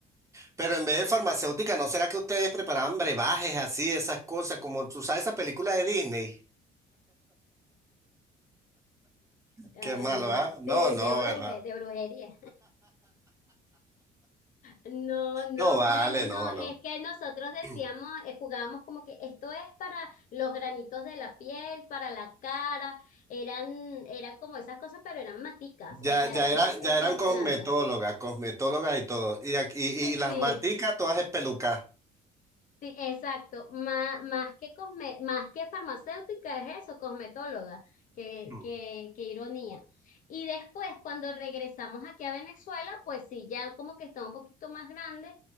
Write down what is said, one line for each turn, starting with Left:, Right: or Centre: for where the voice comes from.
Right: Pero en vez de farmacéutica, ¿no será que ustedes preparaban brebajes así, esas cosas, como tú sabes esa película de Disney?
Left: Ay,
Right: Qué malo,
Left: no.
Right: ¿ah? No,
Left: Sí,
Right: no,
Left: de bruje,
Right: ¿verdad?
Left: de brujería. No, no,
Right: No vale,
Left: bueno, no,
Right: no, no.
Left: es que nosotros
Right: <clears throat>
Left: decíamos, eh, jugábamos como que esto es para los granitos de la piel, para la cara, eran, eran como esas cosas, pero eran maticas,
Right: Ya,
Left: o sea,
Right: ya
Left: eran
Right: eran,
Left: eh,
Right: ya eran
Left: las
Right: cosmetólogas,
Left: plantas.
Right: cosmetólogas y todo. Y, aquí-
Left: <laughs>
Right: y, y las
Left: Sí.
Right: maticas todas espelucas.
Left: Sí, exacto. Má- más que cosme- más que farmacéutica es eso, cosmetóloga. Qué,
Right: Mm.
Left: qué, qué ironía. Y después, cuando regresamos aquí a Venezuela, pues sí, ya como que estaba un poquito más grande